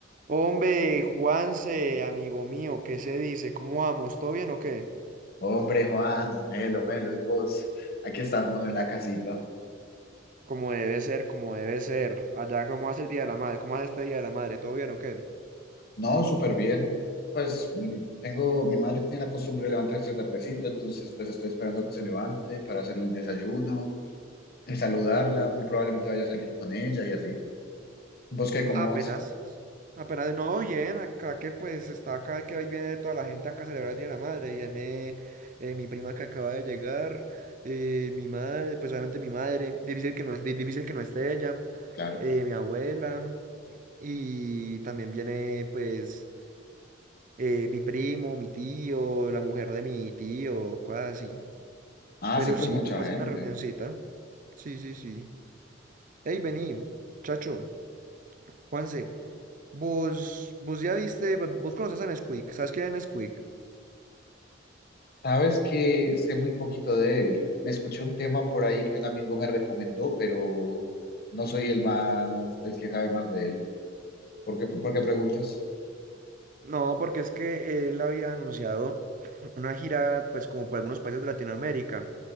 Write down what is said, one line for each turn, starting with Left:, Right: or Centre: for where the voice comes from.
Right: Hombre, Juanse, amigo mío, ¿qué se dice? ¿Cómo vamos? ¿Todo bien o qué?
Left: Hombre, Juan, Melo, Melo, y vos, aquí estamos en la casita.
Right: Como debe ser, como debe ser. Allá, ¿cómo hace el Día de la Madre? ¿Cómo hace este Día de la Madre? ¿Todo bien o qué?
Left: No, súper bien. Pues mi- tengo, mi madre tiene la costumbre de levantarse tardecito, entonces pues estoy esperando que se levante para hacer el desayuno y saludarla. Muy probablemente vaya a salir con ella y así. ¿Vos qué, cómo
Right: Apenas,
Left: vas?
Right: apenas, no, bien, acá que pues está acá, que hoy viene toda la gente acá a celebrar el Día de la Madre. Viene eh, mi prima que acaba de llegar, eh, mi madre, pues obviamente mi madre, difícil que no, es- di- difícil que no esté ella,
Left: Claro.
Right: eh, mi abuela. Y también viene, pues, eh, mi primo, mi tío, la mujer de mi tío, cosas así.
Left: Ah,
Right: Pero
Left: siempre
Right: sí,
Left: es mucha
Right: pues va a
Left: gente.
Right: ser una Ok. reunioncita. Sí, sí, sí. Hey, vení, chacho, Juanse, vos, vos ya viste, vo- vos conoces a Nesquik, ¿sabes quién es Nesquik?
Left: Sabes que sé muy poquito de él. Me escuché un tema por ahí que un amigo me recomendó, pero no soy el más, el que sabe más de él. ¿Por qué, por qué preguntas?
Right: No, porque es que él había anunciado <clears throat> una gira, pues como por algunos países de Latinoamérica,